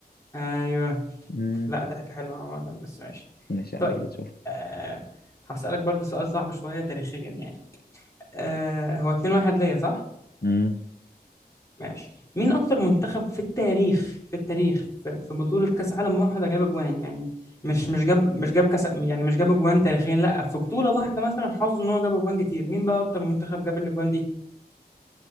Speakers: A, on the left (about 20°); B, on the left (about 75°).
A: أيوه
B: مم.
A: لا ده حاجة حلوة عامة بس ماشي
B: ماشي يا
A: طيب
B: عم بتشوف
A: أه هسألك برضو سؤال صعب شوية تاريخيا يعني أه هو 2-1 ليا صح؟
B: امم
A: ماشي مين أكتر منتخب في التاريخ في التاريخ في, في بطولة كأس عالم واحدة جاب أجوان يعني مش مش جاب مش جاب كأس يعني مش جاب أجوان تاريخيا لا في بطولة واحدة مثلا حظه إن هو جاب أجوان كتير مين بقى أكتر منتخب جاب الأجوان دي؟